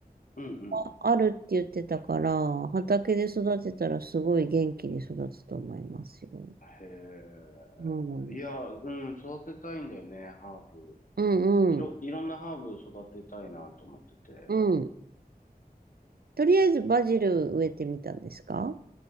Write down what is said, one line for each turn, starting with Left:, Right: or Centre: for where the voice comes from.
Left: うんうん。
Right: があるって言ってたから、畑で育てたらすごい元気に育つと思いますよ。
Left: へえ。
Right: うん。
Left: いや、うん、育てたいんだよね、ハーブ。
Right: うんうん。
Left: いろ、いろんなハーブ育てたいなと思ってて。
Right: うん。とりあえずバジル植えてみたんですか